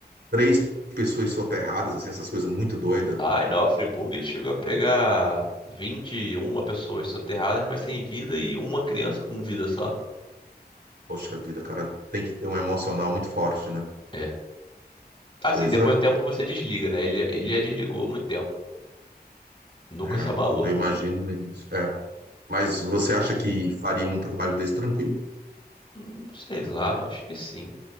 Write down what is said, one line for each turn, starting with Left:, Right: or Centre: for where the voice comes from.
Right: três pessoas soterradas, assim, essas coisas muito doidas.
Left: Ai, na Friburgo ele chegou a pegar 21 pessoas soterradas, mas sem vida e uma criança com vida só.
Right: Poxa vida, cara, tem que ter um emocional muito forte, né?
Left: É. Assim,
Right: Pois
Left: depois
Right: é.
Left: de um tempo você desliga, né? Ele, ele já desligou há muito tempo. Nunca
Right: É,
Left: se abalou.
Right: eu imagino isso. É. Mas você acha que faria um trabalho desse tranquilo?
Left: Hum, Sei lá, acho que sim.